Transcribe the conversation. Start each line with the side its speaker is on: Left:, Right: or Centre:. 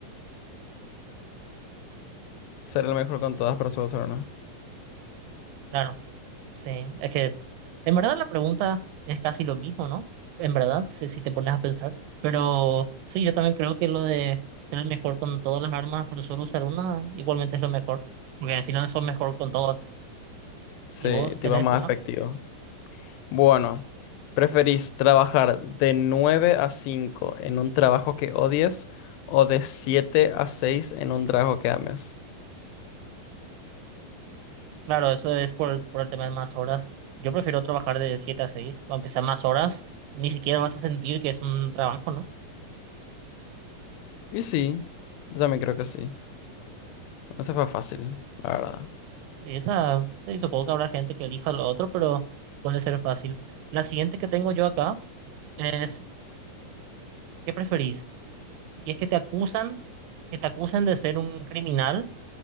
Left: Ser el mejor con todas, pero solo ser una.
Right: Claro. Sí, es que en verdad la pregunta es casi lo mismo, ¿no? En verdad, si, si te pones a pensar. Pero sí, yo también creo que lo de ser el mejor con todas las armas por solo usar una, igualmente es lo mejor. Porque al final sos mejor con todas
Left: Sí,
Right: y vos
Left: te tipo
Right: tenés
Left: más
Right: una.
Left: efectivo. Bueno, ¿preferís trabajar de 9 a 5 en un trabajo que odies o de 7 a 6 en un trabajo que ames?
Right: Claro, eso es por, por el tema de más horas. Yo prefiero trabajar de 7 a 6 aunque sea más horas, ni siquiera vas a sentir que es un trabajo, ¿no?
Left: Y sí, yo también creo que sí. Eso fue fácil, la verdad.
Right: Y esa, sí, supongo que habrá gente que elija lo otro, pero puede ser fácil. La siguiente que tengo yo acá es, ¿qué preferís? y es que te acusan, que te acusan de ser un criminal,